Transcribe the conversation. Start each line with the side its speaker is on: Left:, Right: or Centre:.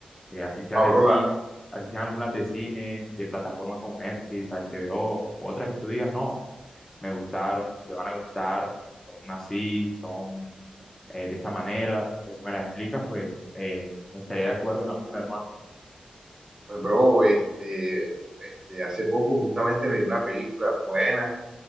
Left: eh, así sea
Right: Ah,
Left: de
Right: bro,
Left: cine,
Right: la-
Left: así sean algunas de cine, de plataformas como Netflix, HBO, otras que tú digas, no, me gustaron, te van a gustar, son así, son eh, de esta manera. Pues si me las explicas, pues eh, estaré de acuerdo en alguna, hermano.
Right: pues, bro, este, este, hace poco justamente me vi una película buena,